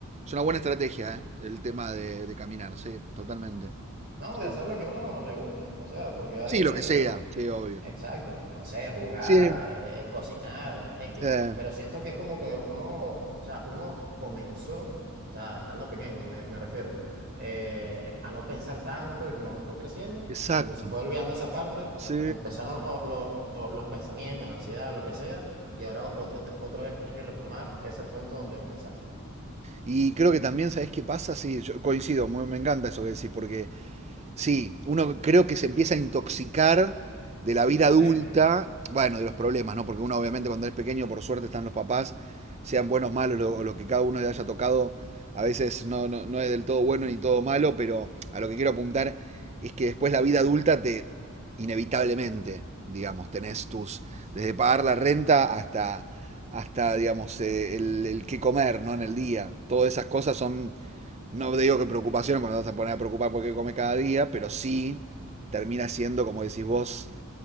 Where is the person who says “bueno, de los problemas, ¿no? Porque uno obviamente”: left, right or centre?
Right